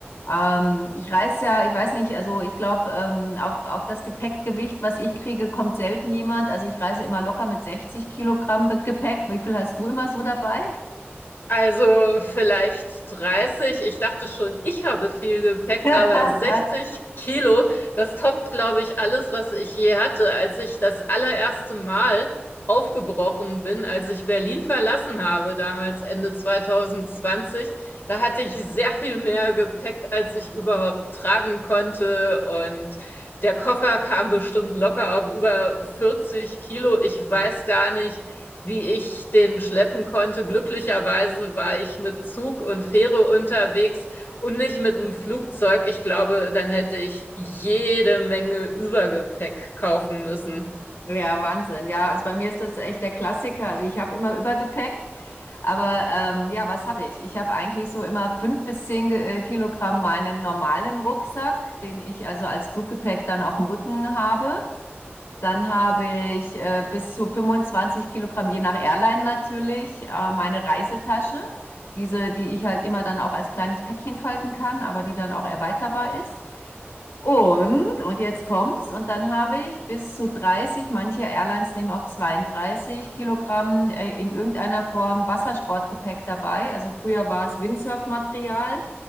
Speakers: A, on the left; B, on the left.
A: Ähm, ich reise ja, ich weiß nicht, also ich glaube, ähm, auf, auf das Gepäckgewicht, was ich kriege, kommt selten jemand. Also ich reise immer locker mit 60 Kilogramm Be- Gepäck. Wie viel hast du immer so dabei?
B: Also vielleicht 30. Ich dachte schon, ich habe viel Gepäck,
A: <laughs>
B: aber 60 Kilo, das toppt, glaube ich, alles, was ich je hatte, als ich das allererste Mal aufgebrochen bin, als ich Berlin verlassen habe, damals Ende 2020. Da hatte ich sehr viel mehr Gepäck, als ich überhaupt tragen konnte. Und der Koffer kam bestimmt locker auf über 40 Kilo. Ich weiß gar nicht wie ich den schleppen konnte. Glücklicherweise war ich mit Zug und Fähre unterwegs und nicht mit einem Flugzeug. Ich glaube, dann hätte ich jede Menge Übergepäck kaufen müssen.
A: Ja, Wahnsinn. Ja, also bei mir ist das echt der Klassiker. Also ich habe immer Übergepäck, aber ähm, ja, was habe ich? Ich habe eigentlich so immer fünf bis zehn Ge- äh, Kilogramm meinen normalen Rucksack, den ich also als Fluggepäck dann auf dem Rücken habe. Dann habe ich äh, bis zu 25 Kilogramm, je nach Airline natürlich, äh, meine Reisetasche. Diese, die ich halt immer dann auch als kleines Päckchen falten kann, aber die dann auch erweiterbar ist. Und, und jetzt kommt's, und dann habe ich bis zu 30, manche Airlines nehmen auch 32 Kilogramm äh, in irgendeiner Form Wassersportgepäck dabei. Also früher war es Windsurfmaterial